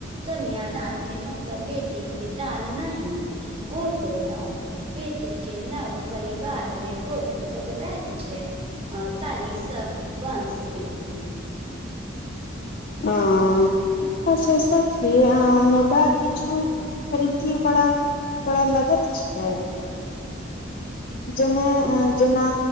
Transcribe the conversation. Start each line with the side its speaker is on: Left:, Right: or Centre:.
Right: कनिया दान के मतलब बेटी के दान नहि गोत्र दान बेटी के नव परि बार मे गोत्र बदलैत छै ताहिसँ वंश वृद्धि
Left: अं आ से सच्चे मुदा किछु रीति बड़ा कर लगत छै जेना जेना